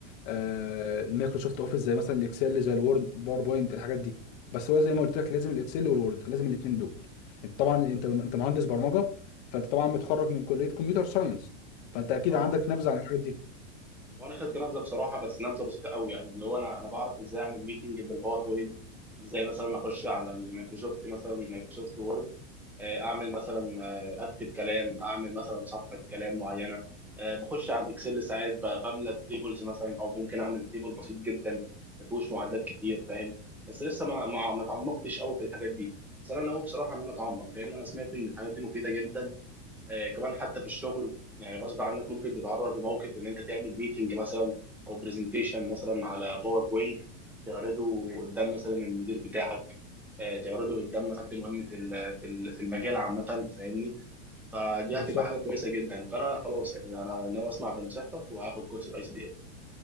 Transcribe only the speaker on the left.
آه المايكروسوفت اوفيس زي مثلا الاكسل زي الوورد الباوربوينت الحاجات دي بس هو زي ما قلت لك لازم الاكسل والوورد لازم الاثنين دول انت طبعا انت انت مهندس برمجه فانت طبعا متخرج من كليه كمبيوتر ساينس فانت اكيد
عندك نبذه عن الحاجات دي
بالظبط